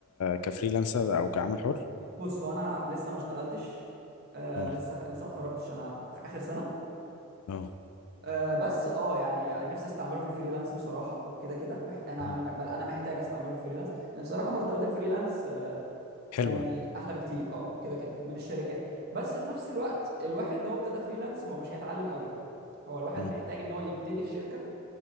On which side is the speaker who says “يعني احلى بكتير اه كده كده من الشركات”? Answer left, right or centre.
Right